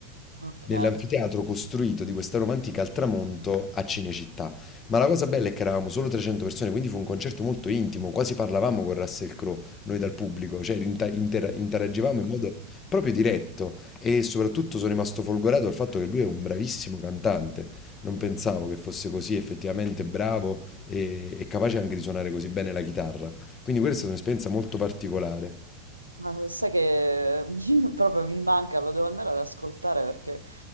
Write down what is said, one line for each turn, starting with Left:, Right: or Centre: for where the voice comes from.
Right: ok.
Left: nell'anfiteatro costruito di questa Roma antica al tramonto a Cinecittà. Ma la cosa bella è che eravamo solo 300 persone, quindi fu un concerto molto intimo, quasi parlavamo con Russell Crowe, noi dal pubblico, cioè inter- inter- interagivamo in modo proprio diretto e soprattutto sono rimasto folgorato dal fatto che lui è un bravissimo cantante. Non pensavo che fosse così effettivamente bravo e, e capace anche di suonare così bene la chitarra. Quindi questa è stata un'esperienza molto particolare.
Right: Ma sai che mi- <laughs> proprio mi manca, lo devo andare ad ascoltare perché